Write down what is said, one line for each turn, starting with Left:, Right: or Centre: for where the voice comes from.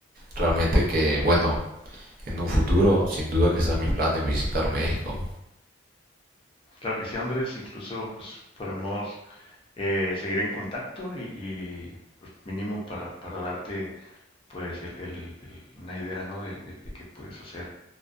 Right: Realmente que, bueno, en un futuro sin duda que sean mis planes visitar México.
Left: Claro que sí, Andrés, incluso pues podemos eh, seguir en contacto y, y, pues, mínimo para, para darte pues el, el- el- una idea, ¿no? De, de- de qué puedes hacer